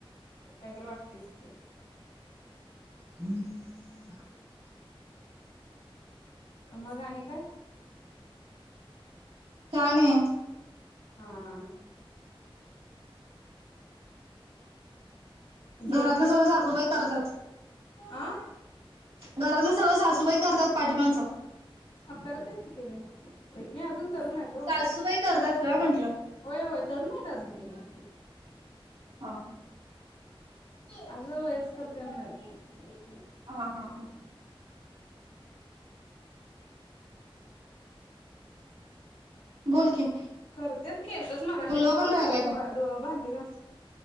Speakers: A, on the left; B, on the right.
A: काय तर वाटतेस की,
B: <inaudible>
A: मग आणि काय
B: का नाही?
A: हां जेवण
B: घरातलं
A: तेन
B: सगळं
A: झालं,
B: सासूबाई करतात
A: आ..
B: घरातलं सगळं सासूबाई करतात पाठीमागचं
A: करत की त्याने म अजून तरुण ओ
B: सासूबाई करतात का म्हंटलं
A: होय.. होय. तरुण आहेत अजून तेनी
B: हा
A: असं वयसकर तेन नाहीत
B: ह हा हा बोल की,
A: करतेत केलतीत मगाशी
B: मुलगा
A: फोन
B: पण राहिलाय
A: धुन
B: का
A: धु भांडी घासायला